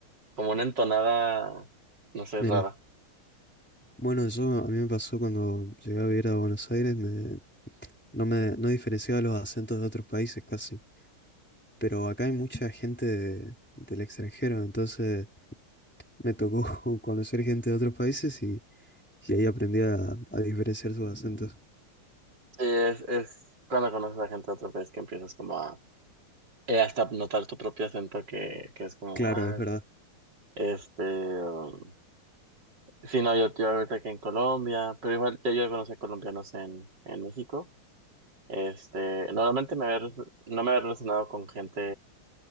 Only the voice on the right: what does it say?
como una entonada, no sé,
rara.
Es, es cuando conoces a gente de otro país que empiezas como a eh, hasta notar tu propio acento que, que es como,
ah,
este, um, sí, no, yo, yo ahorita que en Colombia, pero igual ya yo conocí a colombianos en, en México. Este, normalmente me había, re- no me había relacionado con gente